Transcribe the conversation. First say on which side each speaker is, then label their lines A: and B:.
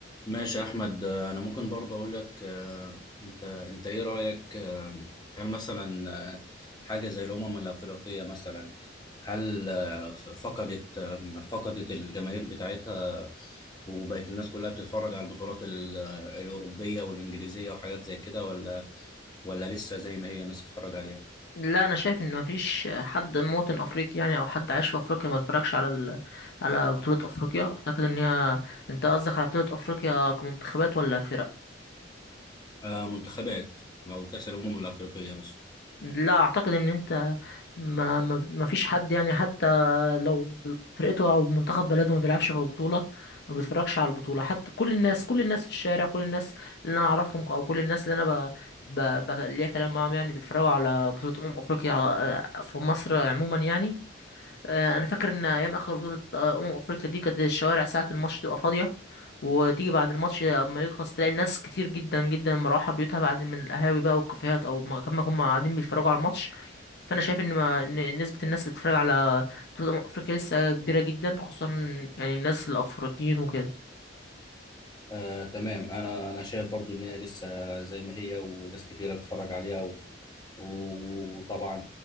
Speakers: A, on the left; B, on the left.
A: ماشي يا احمد آه، انا ممكن برضه اقول لك آه، انت انت ايه رايك آه، هل مثلا آه، حاجه زي الامم الافريقيه مثلا هل آه، ف- فقدت آه، فقدت الجماهير بتاعتها وبقت الناس كلها بتتفرج على البطولات ال- آه، الاوروبيه والانجليزيه وحاجات زي كده ولا ولا لسه زي ما هي الناس بتتفرج عليها
B: لا انا شايف ان مفيش حد مواطن افريقي يعني او حد عايش في افريقيا ما اتفرجش على ال... على بطولة افريقيا اعتقد ان هي انت قصدك على بطولة افريقيا كمنتخبات ولا فرق
A: آه، منتخبات او كاس الامم الافريقيه مثلا
B: لا اعتقد ان انت ما ما ما فيش حد يعني حتى لو ب- فرقته او منتخب بلده ما بيلعبش في البطولة ما بيتفرجش على البطولة حتى كل الناس كل الناس في الشارع كل الناس اللي انا اعرفهم او كل الناس اللي انا ب... ب... ب... ليا كلام معاهم يعني بيتفرجوا على بطولة امم افريقيا آه، في مصر عموما يعني آه، انا فاكر ان ايام اخر بطوله آه، امم افريقيا دي كانت الشوارع ساعه الماتش تبقى فاضيه وتيجي بعد الماتش اما يخلص تلاقي الناس كتير جدا جدا مروحه بيوتها بعد من القهاوي بقى والكافيهات او ما كما هم قاعدين بيتفرجوا على الماتش فانا شايف ان ما إن نسبه الناس اللي بتتفرج على بطوله امم افريقيا لسه كبيره جدا خصوصا يعني الناس الافريقيين وكده
A: آه، تمام انا انا شايف برضو ان هي لسه زي ما هي وناس كتيره بتتفرج عليها وطبعا